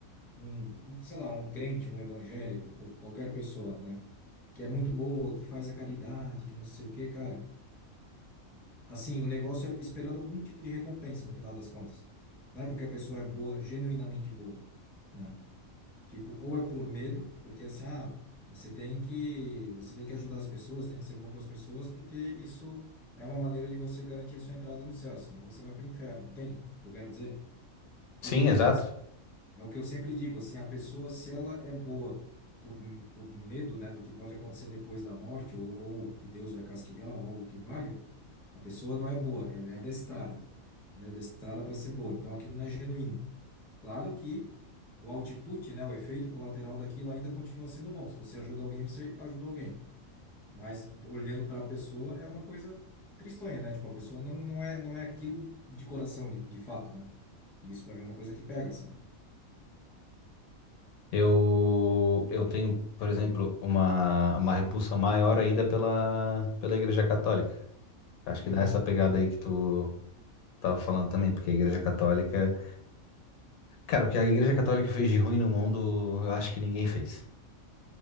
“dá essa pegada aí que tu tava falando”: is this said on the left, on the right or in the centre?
Left